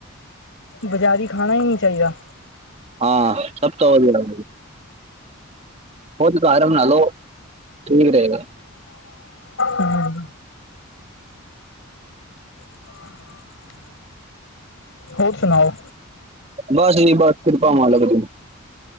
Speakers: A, on the left; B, on the right.
A: ਬਜ਼ਾਰੀ, ਖਾਣਾ ਹੀ ਨਹੀਂ ਚਾਹੀਦਾ।
B: ਹਾਂ ਸਭ ਤੋਂ, ਵਧੀਆ ਖੁਦ ਘਰ ਬਣਾ ਲਓ। ਠੀਕ ਰਹੇਗਾ।
A: ਹਮ <inaudible> ਹੋਰ ਸੁਣਾਓ?
B: ਬਸ ਜੀ ਬਸ ਕਿਰਪਾ ਮਾਲਿਕ ਦੀ।